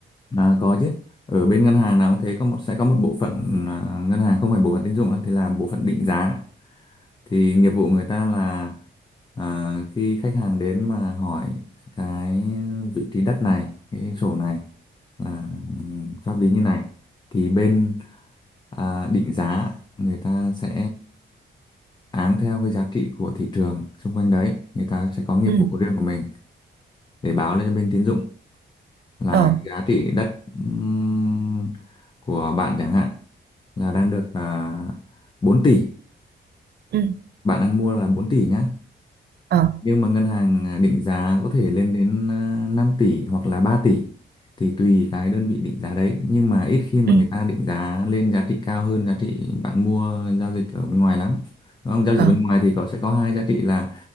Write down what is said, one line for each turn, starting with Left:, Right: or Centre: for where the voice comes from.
Left: À, có chứ. Ở bên ngân hàng nào cũng thế, có một, sẽ có một bộ phận à, ngân hàng không phải bộ phận tín dụng đó, thì là bộ phận định giá. Thì nghiệp vụ người ta là à, khi khách hàng đến mà hỏi cái vị trí đất này, cái sổ này là ừm, pháp lý như này, thì bên à, định giá người ta sẽ áng theo cái giá trị của thị trường xung quanh đấy, người ta sẽ có nghiệp
Right: ừ
Left: vụ riêng của mình để báo lên cho bên tín dụng là
Right: ờ
Left: cái giá trị đất ừm, của bạn chẳng hạn là đang được à, 4 tỷ
Right: ừ
Left: bạn đang mua là 4 tỷ nhá
Right: ờ
Left: nhưng mà ngân hàng định giá có thể lên đến à, 5 tỷ hoặc là ba tỷ thì tùy cái đơn vị định giá đấy nhưng mà ít khi mà
Right: ừ
Left: người ta định giá lên giá trị cao hơn giá trị bạn mua giao dịch ở bên ngoài lắm đúng không giao
Right: ờ
Left: dịch bên ngoài thì có sẽ có hai giá trị là